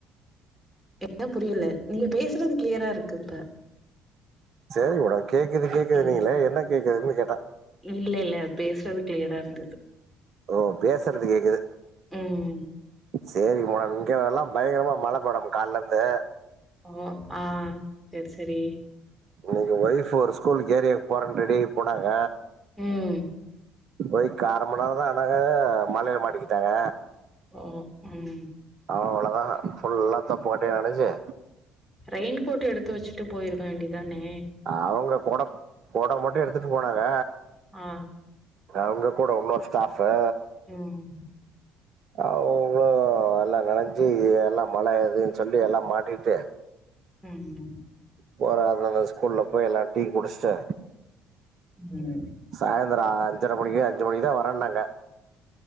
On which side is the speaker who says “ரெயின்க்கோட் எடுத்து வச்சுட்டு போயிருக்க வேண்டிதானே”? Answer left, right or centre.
Centre